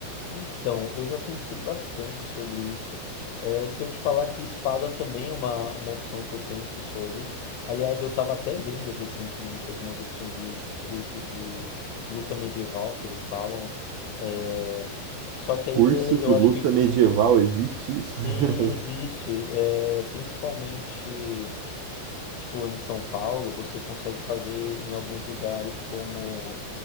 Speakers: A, on the left; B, on the right.
A: então, eu já pensei bastante sobre isso. É, se eu te falar que espada também é uma, uma opção que eu penso sobre. Aliás, eu estava até vendo recentemente algumas opções de, de curso de luta medieval que eles falam. É, só que
B: Curso
A: aí é-
B: de
A: eu
B: luta
A: acho que
B: medieval, existe isso?
A: sim,
B: <laughs>
A: existe. É, principalmente, tipo, em São Paulo, você consegue fazer em alguns lugares como.